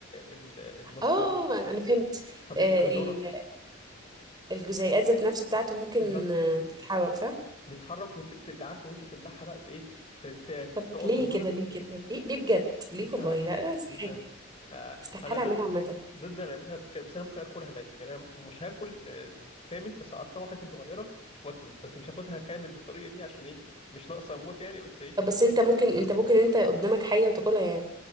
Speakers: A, on the left; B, on the right.
A: ال- المط...
B: اه
A: أو-
B: انا فهمت
A: فبيمسك
B: آه،
A: بزورك
B: ال- الجزيئات ذات نفسه بتاعته ممكن
A: بالظبط
B: آه، تتحرك صح
A: بتتحرك وتتعافى وانت بتبلعها بقى ت- ايه ت- ت-
B: طب
A: تقف
B: ليه
A: في زورك
B: كده ليه
A: وتموت
B: كده ليه ليه بجد ليه
A: مش
B: والله
A: عارف
B: لا لا استحاله
A: مش عارف آه،
B: استحاله
A: انا ضد
B: اعملها عامه
A: ضد انا اعملها بك... بس انا ممكن اكلها ني يعني انا م- مش هاكل آه، كامل بس اقطعه حتت صغيره واكله بس مش هاخدها كامل بالطريقه دي عشان ايه مش ناقصه اموت يعني بس ايه
B: بس انت ممكن انت ممكن انت قدامك حية وتاكلها يعني